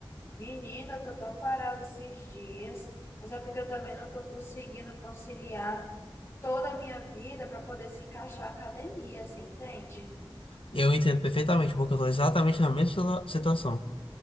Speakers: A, on the left; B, on the left.
A: menina, eu tô tão parada esses dias, mas é porque eu também não tô conseguindo conciliar toda a minha vida pra poder se encaixar a academia, você entende?
B: Eu entendo perfeitamente, porque eu tô exatamente na mesma situa- situação.